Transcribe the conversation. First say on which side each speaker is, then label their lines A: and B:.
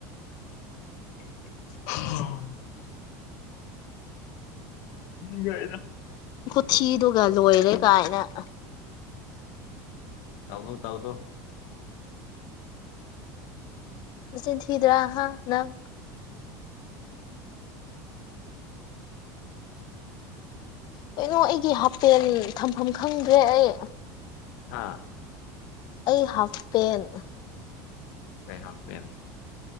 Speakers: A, on the left; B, on the left.
A: ꯎ ꯃꯤꯒꯗ
B: ꯊꯤꯗꯨꯒ ꯂꯣꯏꯔꯦ ꯀꯥꯏꯅ
A: ꯇꯥꯎꯅ ꯇꯥꯎꯗ
B: ꯑꯁ ꯊꯗ꯭ꯔꯥ ꯍꯥ ꯅꯪ ꯀꯩꯅꯣ ꯑꯩꯒꯤ ꯍꯥꯄꯦꯜ ꯊꯝꯐꯝ ꯈꯪꯗ꯭ꯔꯦ ꯑꯩ
A: ꯑꯥ
B: ꯑꯩ ꯍꯥꯞ ꯄꯦꯟ
A: ꯀꯩ ꯍꯥꯦ